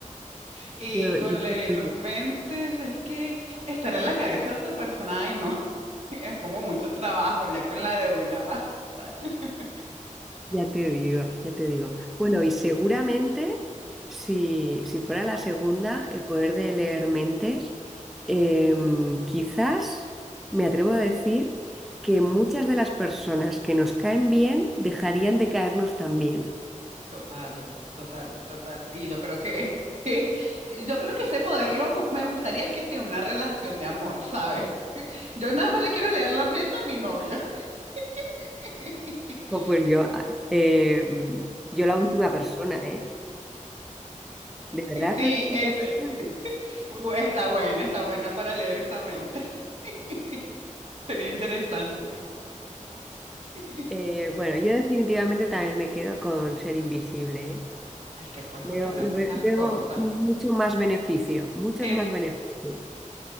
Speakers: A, on the right (about 55°); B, in the centre.
A: Y
B: Yo,
A: con
B: yo sí,
A: leer
B: sí.
A: mentes es que estar en la cabeza de otra persona, ay no, <laughs> es como mucho trabajo, ya con la de una basta. <laughs>
B: Ya te digo, ya te digo. Bueno, y seguramente si, si fuera la segunda, el poder de leer mentes, em, quizás me atrevo a decir que muchas de las personas que nos caen bien dejarían de caernos también.
A: Total, total, total. Y yo creo que, <laughs> yo creo que ese poder lo, gu- me gustaría es que sea una relación de amor, ¿sabes? Yo nada más le quiero leer la mente a mi novio. <laughs>
B: O pues yo, ah, em, yo la última persona, ¿eh? ¿De verdad
A: Sí,
B: tú elegirías?
A: este,
B: esa parte?
A: bu- está buena, está buena para leer esa mente. <laughs> Sería interesante. Es
B: Eh, bueno, yo definitivamente también me quedo con ser invisible, ¿eh?
A: que puedes
B: Veo,
A: obtener
B: lo
A: muchas
B: ve- veo
A: cosas.
B: mucho más beneficio, muchos
A: Es
B: más beneficios.